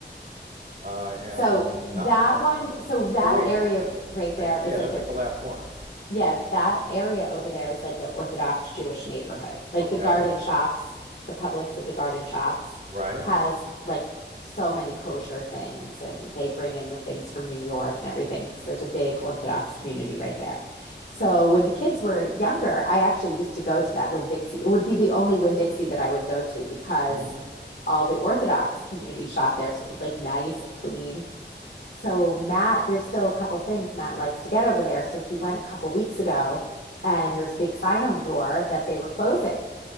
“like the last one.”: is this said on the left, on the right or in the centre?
Right